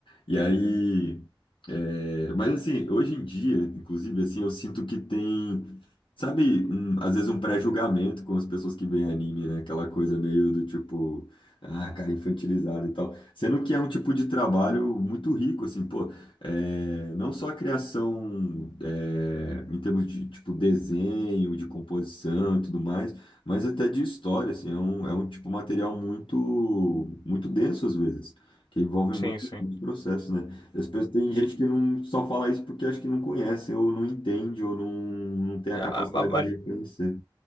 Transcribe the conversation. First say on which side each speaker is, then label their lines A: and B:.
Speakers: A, on the left; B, on the left.
A: E aí, é, mas assim, hoje em dia, inclusive, assim, eu sinto que tem, sabe, um- às vezes um pré-julgamento com as pessoas que veem anime, né? Aquela coisa meio do tipo, ah, cara, infantilizado e tal. Sendo que é um tipo de trabalho muito rico, assim, pô, é, não só a criação é, em termos de, tipo, desenho, de composição e tudo mais, mas até de história, assim, é um, é um tipo material muito, muito denso às vezes, que envolve
B: Sim,
A: muito,
B: sim.
A: muito processo, né? As pessoas, tem gente
B: E...
A: que não só fala isso porque acha que não conhece, ou não entende, ou não, não tem
B: é,
A: a
B: a-
A: capacidade
B: a
A: de reconhecer.